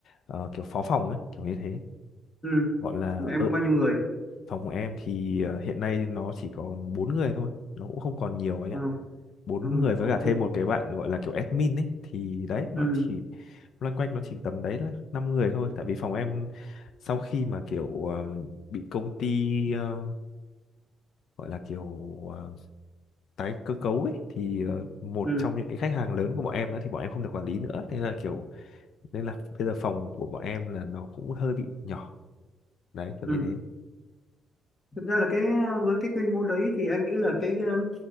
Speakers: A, on the left; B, on the left.
A: ờ, kiểu phó phòng ấy, kiểu như thế.
B: Ừ,
A: Gọi là
B: em
A: ở
B: có bao nhiêu người?
A: phòng của em thì ờ, hiện nay nó chỉ còn bốn người thôi, nó cũng không còn nhiều anh
B: Ờ,
A: ạ. Bốn
B: ờ,
A: người với
B: ok,
A: cả thêm một cái bạn gọi là kiểu admin ấy thì đấy nó
B: ừ,
A: chỉ loanh quanh nó chỉ tầm đấy là năm người thôi tại vì phòng em sau khi mà kiểu um, bị công ty um, gọi là kiểu ờ, tái cơ cấu ấy thì ờ, một
B: ừ,
A: trong những cái khách hàng lớn của bọn em nữa thì bọn em không được quản lý nữa thế là kiểu nên là bây giờ phòng của bọn em là nó cũng hơi bị nhỏ đấy kiểu
B: ừ.
A: như thế
B: Thực ra là cái ờ, với cái quy mô đấy thì anh nghĩ là cái ờ,